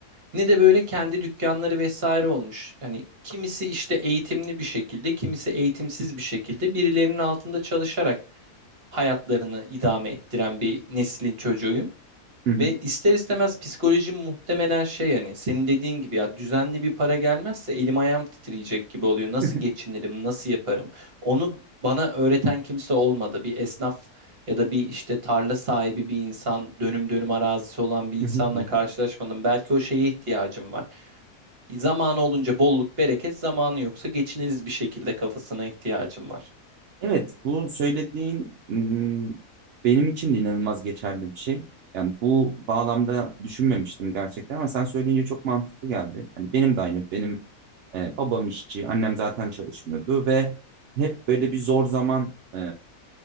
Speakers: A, on the right; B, on the right.
A: ne de böyle kendi dükkanları vesaire olmuş. Hani kimisi işte eğitimli bir şekilde, kimisi eğitimsiz bir şekilde birilerinin altında çalışarak hayatlarını idame ettiren bir neslin çocuğuyum.
B: hı hı,
A: Ve ister istemez psikolojim muhtemelen şey yani senin dediğin gibi ya düzenli bir para gelmezse elim ayağım titreyecek gibi oluyor.
B: <laughs>
A: Nasıl
B: hı
A: geçinirim, nasıl yaparım? Onu bana öğreten kimse olmadı. Bir esnaf ya da bir işte tarla sahibi bir insan, dönüm dönüm arazisi olan bir insanla
B: hı,
A: karşılaşmadım. Belki o şeye ihtiyacım var. Zamanı olunca bolluk, bereket, zamanı yoksa geçiniriz bir şekilde kafasına ihtiyacım var.
B: Evet, bu söylediğin mm, benim için de inanılmaz geçerli bir şey. Yani bu bağlamda düşünmemiştim gerçekten ama sen söyleyince çok mantıklı geldi. Hani benim de aynı, benim e, babam işçi, annem zaten çalışmıyordu ve hep böyle bir zor zaman e,